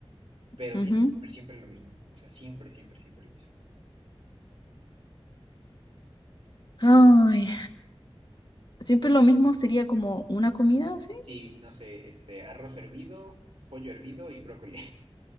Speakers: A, on the right; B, on the left.
A: pero
B: ujú.
A: tienes que comer siempre lo mismo. O sea, siempre, siempre, siempre lo mismo.
B: Ay, siempre lo mismo sería como una comida, ¿sí?
A: Sí, no sé, este, arroz hervido, pollo hervido y brócoli.